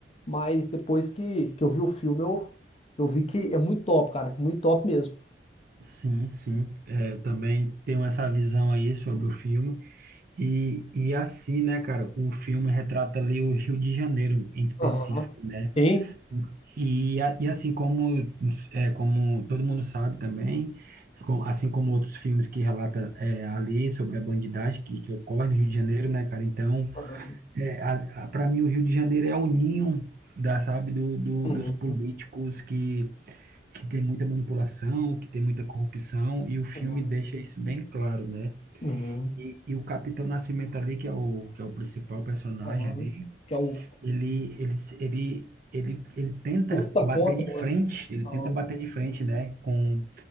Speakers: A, on the left (about 35°); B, on the right (about 55°).
A: mas depois que, que eu vi o filme, eu, eu vi que é muito top, cara. Muito top mesmo.
B: Sim, sim, é, também tenho essa visão aí sobre o filme, e, e assim, né, cara, o filme retrata ali o Rio de Janeiro em específico,
A: Aham.
B: né,
A: Sim.
B: E, a- e assim como, é, como todo mundo sabe também, com- assim como outros filmes que relata é, ali sobre a bandidagem que, que ocorre no Rio de Janeiro, né, cara? Então,
A: Aham,
B: é, para mim, o Rio de Janeiro é o ninho da, sabe, do, do-
A: Uhum.
B: dos políticos que, que tem muita manipulação, que tem muita corrupção, e o filme
A: Uhum.
B: deixa isso bem claro, né?
A: Uhum.
B: E, e o Capitão Nascimento ali, que é o, que é o principal personagem
A: aham.
B: ali,
A: Que é o
B: ele, ele, ele, ele, ele tenta
A: luta
B: bater
A: contra
B: de frente, ele
A: o-
B: tenta bater de frente, né, com,